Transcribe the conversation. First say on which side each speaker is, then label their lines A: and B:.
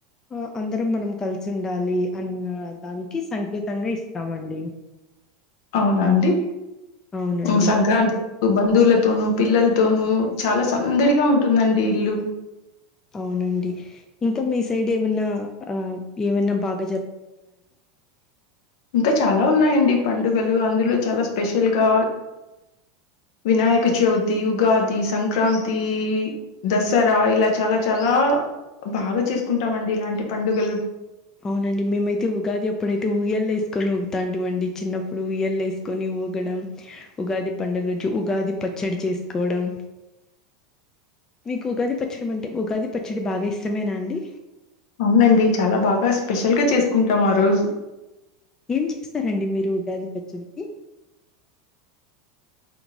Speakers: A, on the left (about 20°); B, on the left (about 65°).
A: వా అందరం మనం కలిసి ఉండాలి అన్న దానికి సంకేతంగా ఇస్తామండి
B: అవునా అండి
A: అవునండి
B: ఉమ్, సంక్రాంతి రోజు బంధువులతోనూ పిల్లలతోనూ చాలా సందడిగా ఉంటుందండి ఇల్లు
A: అవునండి ఇంకా మీ సైడ్ ఏమన్నా ఆ ఏమైన్నా బాగ్
B: ఇంకా చాలా ఉన్నాయంండి పండు పండుగలు అందులో చాలా స్పెషల్ గా వినాయక చవితి ఉగాది సంక్రాంతి దసరా ఇలా చాలా చాలా బాగా చేసుకుంటామండి ఇలాంటి పండుగలు
A: అవునండి మేమైతే ఉగాది ఎప్పుడైతే ఊయ్యలు వేసుకని ఉగుతాంటివండి చిన్న ప్పుడు ఊయలు వేసుకొని ఊగడం ఉగాది పండగ గురించి ఉగాది పచ్చడి చేసుకోవడం మీకు ఉగాది పచ్చడి అంటే ఉగాది పచ్చడి బాగా ఇష్టమేనా అండి
B: అవునండి చాలా బాగా స్పెషల్గా చేసుకుంటాం ఆ రోజు
A: ఏం చేస్తారండి మీరు ఉగాది పచ్చడికి